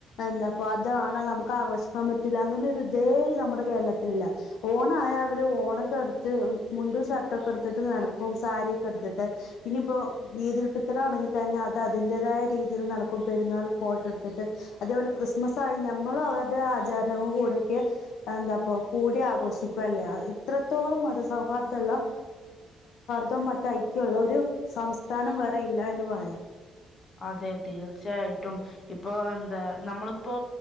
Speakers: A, on the left (about 75°); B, on the left (about 40°).
A: എന്താപ്പ അതാണ് നമുക്ക് ആഘോഷ ആാൻ പറ്റില്ല അങ്ങനെൊ ഒരു ഇതേ നമ്മുടെ കേരളത്തിലല്ല ഓണായവര് ഓണൊക്കെ എടുത്ത് മുണ്ടു ഷർട്ടൊക്കെ എടുത്തിട്ട് നടക്കും സാരിൊക്കെ എടുത്തിട്ട് ഇനിയിപ്പോ ഇതുൾഫിദർ തന്നെ അത് അതിൻ്തായ രീതിയിൽ നടക്കും പെരുന്നാൾ ഫോട്ടോ എടുത്തിട്ട് അതേപോലെ ക്രിസ്മസ് ആ നമ്മള അവർ ആചാരണങ്ങൾ കൂടെയൊക്കെ എന്താപ്പ കൂടി ആഘോഷിക്കുക അല്ലേ ഇത്രത്തോളം മതസൗഹാർദമുള്ള ഒരു ഐക്യമുള്ള ഒരു സംസ്ഥാനം വേറെ ഇല്ല എന്ന് പറയാം
B: അതെ തീർച്ചയായിട്ടും ഇപ്പൊ എന്താ നമ്മളിപ്പോ